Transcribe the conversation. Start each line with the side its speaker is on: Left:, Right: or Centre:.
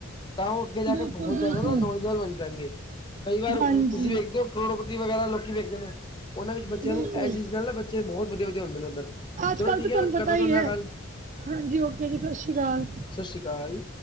Left: ਤਾਂ ਉਹ ਅੱਗੇ ਜਾ
Right: ਬਿਲਕੁਲ
Left: ਕੇ ਬਹੁਤ
Right: ਬਿਲਕੁਲ
Left: ਜ਼ਿਆਦਾ ਨਾ ਨੌਜਵਾਨ ਬਣ ਜਾਏਗੇ ਕਈ ਵਾਰ
Right: ਹਾਂਜੀ
Left: ਤੁਸੀਂ ਵੇਖਦੇ ਹੋ ਕਰੋੜਪਤੀ ਵਗੈਰਾ ਲੋਕੀ ਵੇਖਦੇ ਨੇ ਉਹਨਾਂ ਵਿੱਚ ਬੱਚਿਆਂ
Right: ਬਿਲਕੁਲ
Left: ਨੂੰ ਇਹ ਚੀਜ਼ ਨਾ ਲੱਭ ਬੱਚੇ ਬਹੁਤ ਵਧੀਆ ਵਧੀਆ ਉੱਧਰ
Right: ਅੱਜ
Left: ਚਲੋ
Right: ਕੱਲ
Left: ਠੀਕ
Right: ਤਾਂ ਤੁਹਾਨੂੰ
Left: ਮੈਂ ਕਰਦਾ
Right: ਪਤਾ ਹੀ
Left: ਉਨਾਂ
Right: ਹੈ
Left: ਨਾਲ ਗੱਲ
Right: ਹਾਂਜੀ ਓਕੇ ਜੀ ਸਤਿ ਸ਼੍ਰੀ ਅਕਾਲ
Left: ਸਤਿ ਸ਼੍ਰੀ ਅਕਾਲ